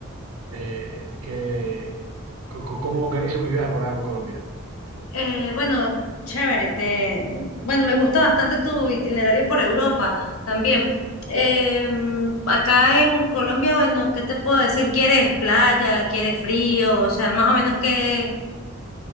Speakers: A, on the right (about 85°); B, on the left (about 75°).
A: eh, que, co- co- cómo organizo mi viaje por allá por Colombia.
B: Eh, bueno, chévere, te, bueno, me gusta bastante tu itinerario por Europa también. Em, acá en Colombia, bueno, ¿qué te puedo decir? ¿Quieres playa? ¿Quieres frío? O sea, más o menos, ¿qué,